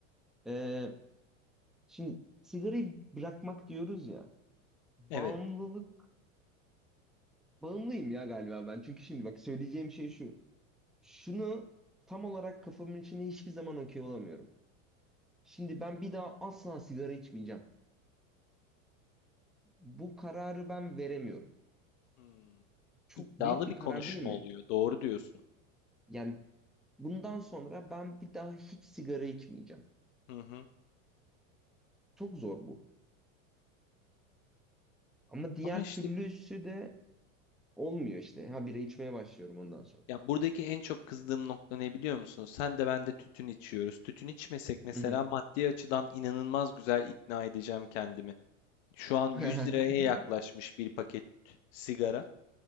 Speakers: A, in the centre; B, on the left.
A: e, şimdi sigarayı bırakmak diyoruz ya. Bağımlılık.
B: Evet.
A: Bağımlıyım ya galiba ben. Çünkü şimdi bak söyleyeceğim şey şu. Şunu tam olarak kafamın içine hiçbir zaman okey olamıyorum. Şimdi ben bir daha asla sigara içmeyeceğim. bu kararı ben veremiyorum.
B: Hmm.
A: Çok
B: İddialı
A: büyük bir
B: bir konuşma
A: karar değil mi?
B: oluyor. Doğru diyorsun.
A: Yani bundan sonra ben bir daha hiç sigara içmeyeceğim.
B: Hı hı.
A: Çok zor bu. Ama diğer
B: Ama işte
A: türlüsü de olmuyor işte. Ha bira içmeye başlıyorum ondan sonra.
B: ya buradaki en çok kızdığım nokta ne biliyor musun? Sen de ben de tütün içiyoruz. Tütün içmesek mesela
A: Hı hı.
B: maddi açıdan inanılmaz güzel ikna edeceğim kendimi. Şu an 100
A: <laughs>
B: liraya yaklaşmış bir paket sigara.